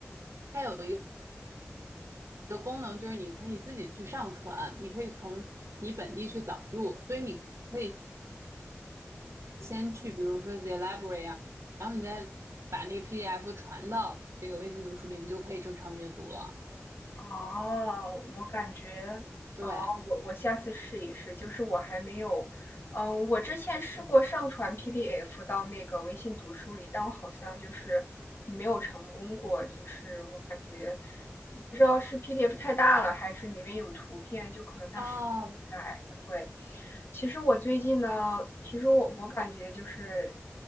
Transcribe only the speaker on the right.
它有一个功能就是你可以自己去上传，你可以从你本地去导入，所以你。可以。先去，比如说 the library 啊，然后你再把那个 PDF 传到这个微信读书里，你就可以正常阅读了。
对，
哦，